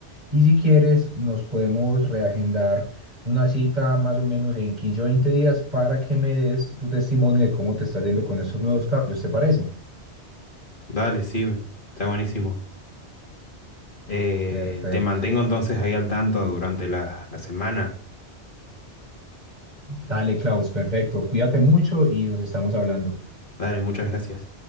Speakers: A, on the right (about 40°); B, on the left (about 50°).
A: Y si quieres, nos podemos reagendar una cita más o menos en 15 o 20 días para que me des tu testimonio de cómo te está yendo con estos nuevos cambios, ¿te parece?
B: Dale, sí, está buenísimo. Eh,
A: Perfecto.
B: te mantengo entonces ahí al tanto durante la, la semana.
A: Dale, Klaus, perfecto. Cuídate mucho y nos estamos hablando.
B: Dale, muchas gracias.